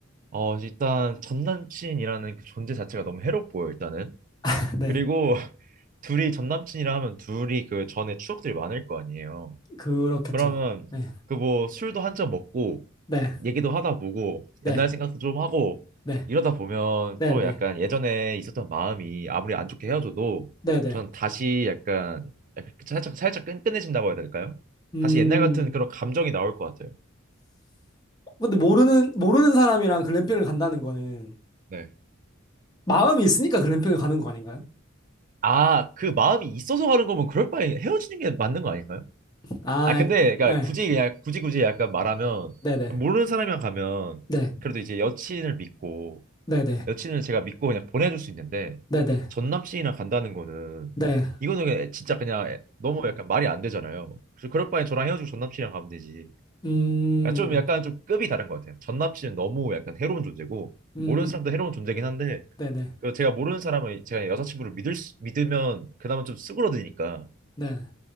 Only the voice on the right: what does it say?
어, 일단 전 남친이라는 그 존재 자체가 너무 해롭고요, 일단은.
그리고 <laughs> 둘이 전 남친이라 하면 둘이 그 전에 추억들이 많을 거 아니에요.
그러면
그 뭐 술도 한 잔 먹고
얘기도 하다 보고
옛날 생각도 좀 하고
이러다 보면
또
약간 예전에 있었던 마음이 아무리 안 좋게 헤어져도
전 다시 약간, 약간 그 살짝 살짝 끈끈해진다고 해야 될까요?
다시 옛날 같은 그런 감정이 나올 것 같아요.
네.
아, 그 마음이 있어서 가는 거면 그럴 바에 헤어지는 게 맞는 거 아닌가요?
아, 근데 그러니까
굳이 그냥 굳이 굳이 약간 말하면
모르는 사람이랑 가면
그래도 이제 여친을 믿고
여친을 제가 믿고 그냥 보내줄 수 있는데
전 남친이랑 간다는 거는
이거는 그냥 진짜 그냥 애- 너무 약간 말이 안 되잖아요. 그래서 그럴 바엔 저랑 헤어지고 전 남친이랑 가면 되지.
아, 좀 약간 좀 급이 다른 것 같아요. 전 남친은 너무 약간 해로운 존재고
모르는
사람도 해로운 존재긴 한데
그 제가 모르는 사람을 제가 여자친구를 믿을 수- 믿으면 그나마 좀 수그러드니까